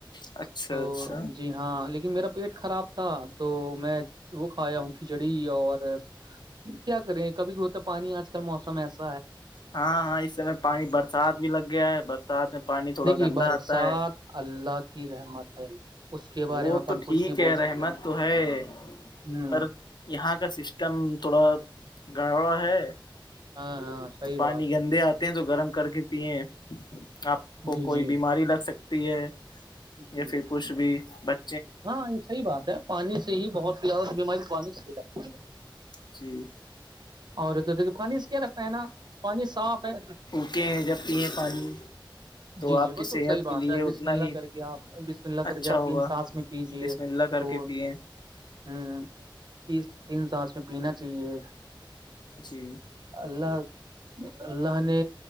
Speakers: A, on the left; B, on the right.
A: اچھا
B: تو
A: اچھا
B: جی ہاں لیکن میرا پیٹ خراب تھا تو میں وہ کھایا ہوں کھچڑی اور کیا کریں کبھی ہوتا پانی آج کل موسم ہےسا
A: ہاں ہاں اس سمے پانی برسات بھی لگ گیا ہے برسات میں پانی تھوڑا
B: دیکھیے
A: گندا
B: برسات
A: آتا ہے
B: اللہ کی رحمت ہے اس کے بارے
A: وہ
B: میں اپن
A: تو ٹھیک
B: کچھ نہیں بول
A: ہے رہے
B: سکتے
A: احمت
B: ہیں
A: تو ہے
B: ہوں
A: پر یہاں کا سسٹم تھوڑا گڑڑا ہے
B: ہاں ہاں صحیح
A: تو پانی
B: بات
A: گندے
B: ہے
A: آتے ہیں تو گرم کر کے پیئے آپ کو
B: جی
A: کوئی
B: جی
A: بیماری لگ سک ہے
B: جی
A: یا
B: جی
A: پھر کچھ بھی بچ
B: ہاں یہ صحی بات ہے پانی سے ہی بہت زیادہ بیماری پانی سے ہی لگتی ہے
A: جی
B: اور ا توھر دیکھیے پانی سے کیا رگتا ہے نا پانی صاف ہے
A: ک ہیں جب پیے پانی
B: جی
A: آپ
B: جی
A: کی
B: وہ
A: صحت
B: تو صحی بات
A: کے لیے
B: ہے
A: اتنا
B: بس ملنا
A: ہی
B: کر کے آپ بس ملنا
A: اچھا
B: کر کے آپ
A: ہوگا
B: تین سانس میں کیجیے
A: بسم اللہ کر
B: تو
A: کے پیے
B: ہ تیس تین ساس میں پینا چاہیے
A: جی
B: اللہ اللہ نے